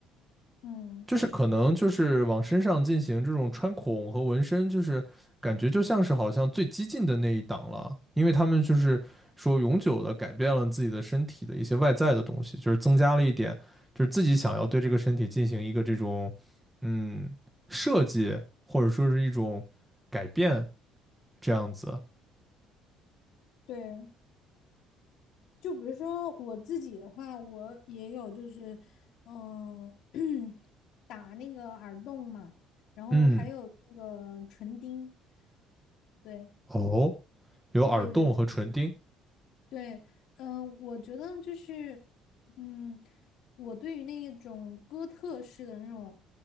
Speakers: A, on the left; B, in the centre.
A: 嗯，
B: 就是可能就是往身上进行这种穿孔和纹身，就是感觉就像是好像最激进的那一档了，因为他们就是说永久的改变了自己的身体的一些外在的东西，就是增加了一点，就是自己想要对这个身体进行一个这种嗯设计或者说是一种改变这样子。
A: 对。就比如说我自己的话，我也有就是，嗯、<clears throat> 打那个耳洞嘛，然后还有那个唇钉，
B: 嗯，
A: 对
B: 哦，有耳洞和唇钉。
A: 对对对，对，嗯、我觉得就是，嗯，我对于那一种哥特式的那种